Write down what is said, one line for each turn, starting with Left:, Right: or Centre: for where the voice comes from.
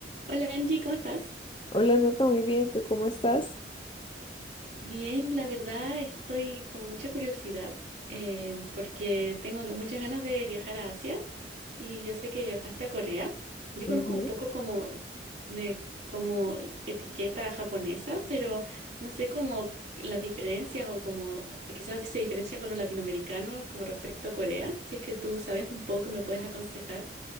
Right: Hola Angie, ¿cómo estás?
Left: Hola, Nata, muy bien, ¿tú cómo estás?
Right: Bien, la verdad estoy con mucha curiosidad eh, porque tengo muchas ganas de viajar a Asia y yo sé que viajaste a Corea. Yo
Left: Ujú,
Right: conozco un poco como de como etiqueta japonesa, pero no sé cómo las diferencias o como quizás se diferencia con los latinoamericanos como respecto a Corea. Si es que tú sabes un poco, me puedes aconsejar.